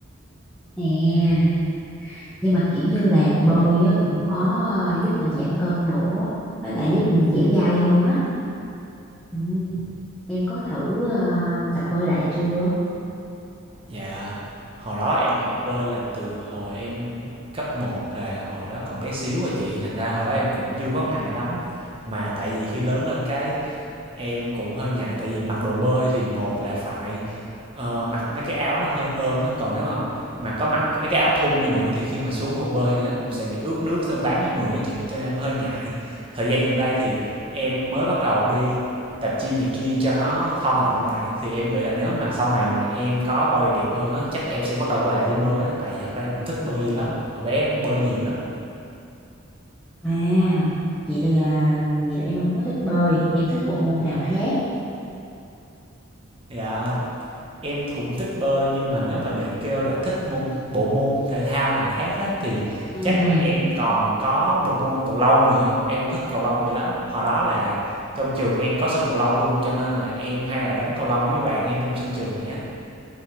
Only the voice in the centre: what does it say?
nè nhưng mà kiểu như là bơi á, cũng có à, giúp mình giảm cân nữa với lại giúp mình dẻo dai hơn á ừ. em có thử à, tập bơi lại chưa
À, vậy là vậy là em không có thích bơi, em thích bộ môn nào khác.
Ừ.